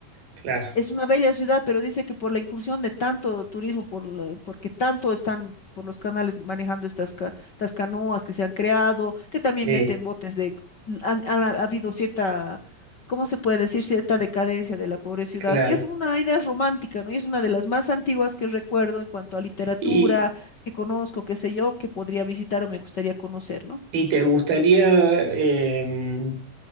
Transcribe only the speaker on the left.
Es una bella ciudad, pero dice que por la incursión de tanto turismo, por la- porque tanto están por los canales manejando estas, ca- estas canoas que se han creado, que también
meten botes de... Han, han ha habido cierta, ¿cómo se puede decir? Cierta decadencia de la pobre ciudad,
que es una idea romántica, ¿no? Y es una de las más antiguas que recuerdo en cuanto a literatura,
que conozco, qué sé yo, que podría visitar o me gustaría conocer, ¿no?